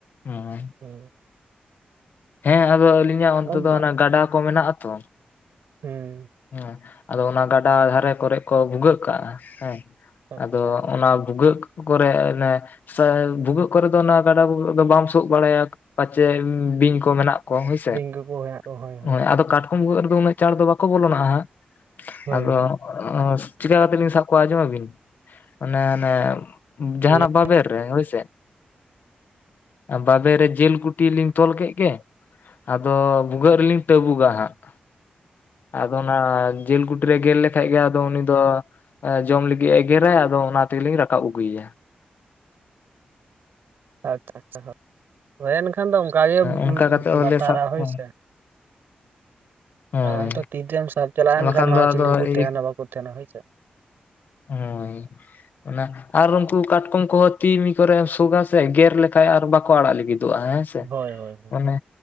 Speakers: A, on the left; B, on the right.
A: ᱦᱚᱸ
B: ᱦᱩᱸ
A: ᱦᱮᱸ ᱟᱫᱚ ᱟᱹᱞᱤᱧᱟᱜ ᱚᱱᱛᱮ
B: ᱦᱩᱸ
A: ᱫᱚ ᱚᱱᱟ ᱜᱟᱰᱟ ᱠᱚ ᱢᱮᱱᱟᱜ-ᱟ ᱛᱚ ᱾
B: <unintelligible> ᱦᱮᱸ᱾
A: ᱦᱮᱸ ᱟᱫᱚ ᱚᱱᱟ ᱜᱟᱰᱟ ᱫᱷᱟᱨᱮ ᱠᱚᱨᱮ ᱠᱚ ᱵᱷᱩᱜᱟᱹᱜ ᱠᱟᱜᱼᱟ ᱦᱮᱸ ᱾
B: ᱟᱪᱪᱷᱟ
A: ᱟᱫᱚ ᱚᱱᱟ ᱵᱷᱩᱜᱟᱹᱜ ᱠᱚᱨᱮ ᱚᱱᱮ ᱥᱮ ᱵᱷᱩᱜᱟᱹᱜ ᱠᱚᱨᱮ ᱫᱚ ᱚᱱᱟ ᱜᱟᱰᱟ ᱵᱷᱩᱜᱟᱹᱜ ᱫᱚ ᱵᱟᱢ ᱥᱳᱜ ᱵᱟᱲᱟᱭᱟ ᱯᱟᱪᱮᱢ ᱵᱤᱧ ᱠᱚ ᱢᱮᱱᱟᱜ ᱠᱚᱣᱟ ᱦᱳᱭᱥᱮ
B: ᱵᱤᱝᱜᱩ
A: <unintelligible>
B: ᱠᱚ ᱦᱮᱱᱟᱜ ᱠᱚ ᱦᱳᱭ ᱦᱳᱭ
A: ᱦᱚᱭ ᱟᱫᱚ ᱠᱟᱴᱠᱚᱢᱼᱼ ᱠᱟᱴᱠᱚᱢ ᱵᱷᱩᱜᱟᱹᱜ ᱨᱮᱫᱚ ᱩᱱᱟᱹᱜ ᱪᱟᱲ ᱫᱚ ᱵᱟᱠᱚ ᱵᱚᱞᱚᱱᱟ ᱦᱟᱸᱜ
B: ᱦᱳᱭ
A: ᱟᱫᱚ
B: ᱦᱳᱭ
A: ᱪᱤᱠᱟ ᱠᱟᱛᱮᱜ ᱞᱤᱧ ᱥᱟᱵ ᱠᱚᱣᱟ ᱟᱸᱡᱚᱢᱟᱵᱤᱱ <unintelligible> ᱚᱱᱮ ᱚᱱᱮ ᱡᱟᱦᱟᱱᱟᱜ
B: ᱞᱟᱹᱭ
A: ᱵᱟᱵᱮᱨ ᱨᱮ ᱦᱳᱭᱥᱮ ᱵᱟᱵᱮᱨ ᱨᱮ ᱡᱮᱞ ᱠᱩᱴᱤ ᱞᱤᱧ ᱛᱚᱞ ᱠᱮᱜ ᱜᱮ ᱟᱫᱚ ᱵᱷᱩᱜᱟᱹᱜ ᱨᱮᱞᱤᱧ ᱴᱟᱹᱵᱩᱜᱟ ᱦᱟᱸᱜ ᱾ ᱟᱫᱚ ᱚᱱᱟ ᱡᱮᱞ ᱠᱩᱴᱤᱨᱮ ᱜᱮᱨ ᱞᱮᱠᱷᱟᱡ ᱜᱮ ᱟᱫᱚ ᱩᱱᱤ ᱫᱚ ᱡᱚᱢ ᱞᱟᱹᱜᱤᱫ ᱮ ᱜᱮᱨᱟ ᱟᱫᱚ ᱚᱱᱟ ᱛᱮᱞᱤᱧ ᱨᱟᱠᱟᱵ ᱟᱹᱜᱩ ᱮᱭᱟ ᱾
B: ᱟᱪᱪᱷᱟ ᱟᱪᱪᱷᱟ ᱦᱳᱭ ᱾ ᱦᱳᱭ ᱮᱱᱠᱷᱟᱱ ᱫᱚ ᱚᱱᱠᱟᱜᱮ <unintelligible>
A: ᱚᱱᱠᱟ ᱠᱟᱛᱮᱜ ᱦᱚᱸᱞᱮ
B: ᱵᱟᱛᱟᱨᱟ
A: ᱥᱟᱵ
B: ᱦᱳᱭ
A: ᱠᱚᱣᱟ
B: ᱥᱮᱼᱼ
A: ᱦᱳᱭ
B: ᱟᱫᱚ ᱛᱤᱛᱮᱢ ᱥᱟᱵ ᱪᱟᱞᱟᱜ-ᱟ ᱮᱱ
A: ᱵᱟᱠᱷᱟᱱ
B: ᱠᱷᱟᱱ ᱦᱚᱸ
A: ᱫᱚ ᱟᱫᱚ
B: ᱪᱤᱞᱤ ᱠᱩ
A: ᱮᱭ
B: ᱛᱟᱦᱮᱱᱟ ᱵᱟᱠᱚ ᱛᱟᱦᱮᱱᱟ ᱦᱳᱭᱥᱮ ᱾
A: ᱦᱳᱭ ᱚᱱᱟ ᱟᱨ ᱩᱱᱠᱩ ᱠᱟᱴᱠᱚᱢ ᱠᱚᱦᱚᱸ ᱛᱤ ᱢᱤ ᱠᱚᱨᱮᱢ ᱥᱩᱜᱟ ᱥᱮ ᱜᱮᱨ ᱞᱮᱠᱷ <unintelligible> ᱼᱼ <unintelligible> ᱠᱷᱟᱡ ᱟᱨ ᱵᱟᱠᱚ ᱟᱲᱟᱜ ᱞᱟᱹᱜᱤᱫᱚᱜᱼᱟ ᱦᱮᱸ ᱥᱮ
B: ᱦᱳᱭ ᱦᱳᱭ ᱦᱳᱭ
A: ᱚᱱᱮ